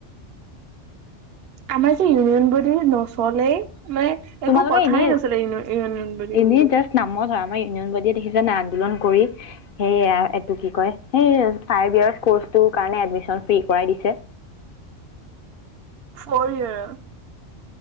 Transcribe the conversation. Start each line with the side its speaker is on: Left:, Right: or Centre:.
Right: আমাৰ যে ইউনিয়ন বৰ্ডী নচলেই মানে
Left: তোমালোকে
Right: একো কথাই
Left: এনেই
Right: নছলে ইউনিয়ন বুলি
Left: এনেই জাষ্ট নামত হয় আমাৰ ইউনিয়ন বডি দেখিছে নে আন্দোলন কৰি সেই এইটো কি কয় সেই ফাইভ য়াৰ্চ কৰ্চটো কাৰণে এডমিচন ফ্ৰী কৰাই দিছে
Right: প ৰিও